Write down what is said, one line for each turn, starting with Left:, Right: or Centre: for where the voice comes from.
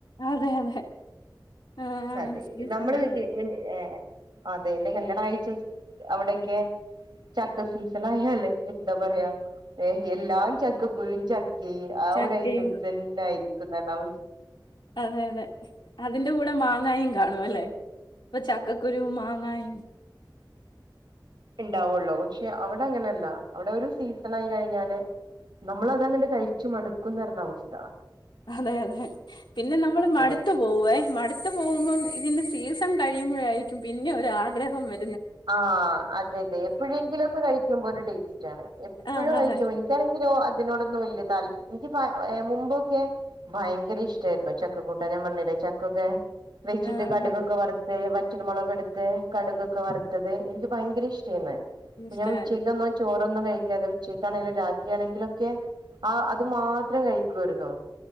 Left: അതെ അതെ ആഹ്
Right: അതെ നമ്മള്
Left: <unintelligible>
Right: ഏഹ് അതെ എന്റെ കല്യാണം കഴിച്ച അവിടെക്കെ ചക്ക സീസൺ ആയാല്ലെ എന്താ പറയാ ഏ എല്ലാം ചക്കക്കുരും ച ആ
Left: ചക്കയും
Right: ഒരു ഐറ്റംസ് തന്നായിരിക്കും ക്ക് ന്താ <unintelligible>
Left: അതെ അതെ അതിന്റെ കൂടെ മാങ്ങായും കാണുംല്ലേ ഇപ്പൊ ചക്കക്കുരുവും മാങ്ങായും
Right: ണ്ടാവുള്ളൂ പക്ഷെ അവിടെ അങ്ങനല്ല അവിടെരു സീസൺ ആയി കഴിഞ്ഞാല് നമ്മള അതങ്ങട്ട് കഴിച്ചു മടുക്കുന്നറഞ്ഞ അവസ്ഥ
Left: അതെ അതെ പിന്നെ നമ്മള് മടുത്തു
Right: അതെ
Left: പോവേ മടുത്ത് മ്പോ ഇതിന്റെ സീസൺ കഴിയുമ്പോഴായിരിക്കും പിന്നെ ഒരു ആഗ്രഹം വ
Right: ആ അതെ അതെ എപ്പോഴെങ്കിലും ഒക്കെ കഴിക്കുമ്പോ ഒരു ടേസ്റ്റ് ആണ് എപ്പോഴും
Left: ആഹ്
Right: കഴിക്കുമ്പോ
Left: അതെ
Right: എനിക്കാണെങ്കിലോ അതിനോടൊന്നും വലിയ താല്പര്യം ഇല്ല എനിക്ക് മുമ്പൊക്കെ ഭയങ്കര ഇഷ്ടായിരുന്നു ചക്കക്കൂട്ട ഞാൻ പറഞ്ഞില്ലെ ചക്കൊക്കെ വെച്ചിട്ട്
Left: ആഹ്
Right: കടുകൊക്കെ
Left: അതെ
Right: വരുത്തി ത് വറ്റൽ മുളക് എടുത്ത് കട്കൊക്ക വറ ത് ത് എനിക്ക് ഭയങ്കര ഇഷ്ടമാരന്ന്നു
Left: ഇഷ്ടായിരുന്നു
Right: ഞാൻ ഉച്ചക്ക് വന്ന് ചോ അതൊന്നും കഴിക്കാതെ ഉച്ചക്കാണെങ്കിലും രാത്രി ആണെങ്കിലുക്കെ ആ അത് മാത്രം കഴിക്കുവാരുന്നു